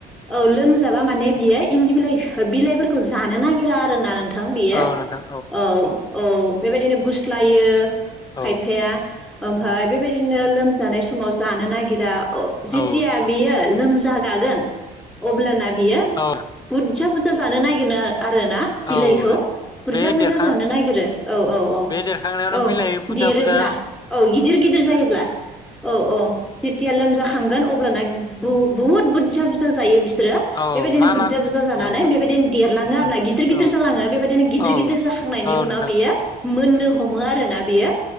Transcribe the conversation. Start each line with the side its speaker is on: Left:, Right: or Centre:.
Centre: औ लोमजा माने बियो इन्दि बिलाइ बिलाइफोरखौ जानो नागिरा आरोना नोंथां बेयो
Left: औ नोंथां
Centre: औ। औ बेबायदिनो गुस्लायो। खायफाया
Left: औ
Centre: ओमफाय
Left: औ
Centre: बेबायदिनो लोमजानाय समाव जानो नागिरा अ जिथिया
Left: औ नोंथां
Centre: बियो लोम जा गागोन अब्ल ना बियो
Left: औ
Centre: बुर जा बुरजा जानो नागिरो आरोना बिलाइखौ
Left: औ नोंथां
Centre: बुरजा
Left: बे
Centre: बुरजा
Left: देरखां
Centre: जानो नागिरो। औ औ औ
Left: बे देरखांनायावनो
Centre: औ
Left: बिलाइ बुरजा
Centre: देरोब्ला
Left: बुरजा
Centre: औ गिदिर गिदिर जायोब्ला औ औ जेथिया लोमजा खांगोन अब्लाना बुहुत बुरजा बुरजा जायो बि सोरो।
Left: औ
Centre: बेबादिनो
Left: मा
Centre: बुरजा
Left: मा
Centre: बुरजा जानानै
Left: औ
Centre: बेबायदिनो देरलाङो
Left: उम
Centre: आरो ना, गिदिर गिदिर
Left: औ
Centre: जालाङो बेबायदिनो गिदिर
Left: औ
Centre: गिदिर जाखांनायनि
Left: औ
Centre: उनाव
Left: नोंथां
Centre: बियो मोननो हमो आरोना बियो